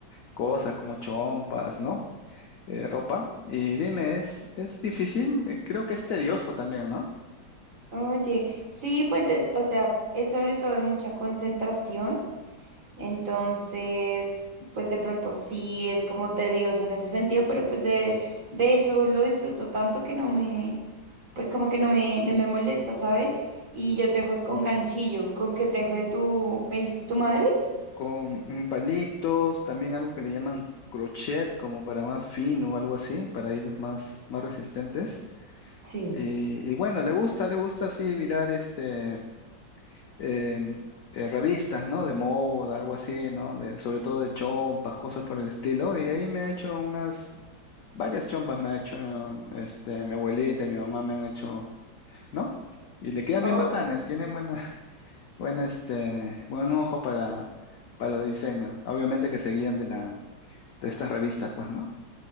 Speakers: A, on the left; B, on the right.
A: cosas como chompas, ¿no? Eh, ropa. Y dime, ¿es, es difícil? Eh, Creo que es tedioso también, ¿no?
B: Oye, sí, pues es, o sea, es sobre todo de mucha concentración. Entonces, pues de pronto sí es como tedioso en ese sentido, pero pues de, de hecho lo disfruto tanto que no me, pues como que no me, no me molesta, ¿sabes? Y yo tejo es con ganchillo, con que tejo de tu, ¿me dijiste tu madre?
A: Con mm, palitos, también algo que le llaman crochet, como para más fino o algo así, para hilos más, más resistentes.
B: Sí.
A: Y, y bueno, le gusta, le gusta así mirar este, em, eh, revistas, ¿no? De moda, algo así, ¿no? De, sobre todo de chompas, cosas por el estilo. Y ahí me ha hecho unas, varias chompas me ha hecho, este, mi abuelita y mi mamá me han hecho ¿no? Y le quedan
B: Oh,
A: bien bacanes, tienen buena, <laughs> buena, este, buen ojo para, para los diseños. Obviamente que se guían de la, de estas revistas, pues, ¿no?